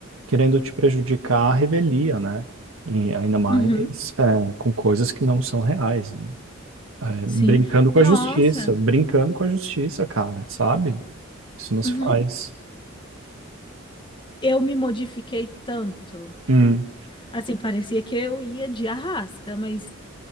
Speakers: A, on the right (about 75°); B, on the left (about 25°).
A: querendo te prejudicar a revelia, né? E ainda mais
B: uhum,
A: é, com coisas que não são reais, né? É,
B: sim.
A: brincando com
B: Nossa,
A: a justiça, brincando com a justiça, cara, sabe? Isso não se
B: uhum.
A: faz.
B: Eu me modifiquei tanto.
A: Hum,
B: Assim, parecia que eu ia de arrasta, mas